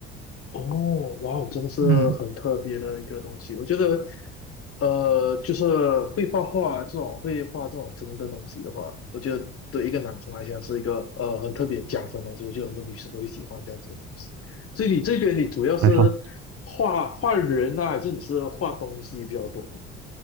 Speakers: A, on the left; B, on the right.
A: 哦，哇哦，真的是很特别的一个东西。
B: 嗯，
A: 我觉得，呃，就是会画画这种会画这种真的东西的话，我觉得对一个男生来讲是一个呃很特别加分的东西。我觉得很多女生都会喜欢这样子的东西。所以你这边你主要是画画人啊，
B: 还好，
A: 还是你是画东西比较多？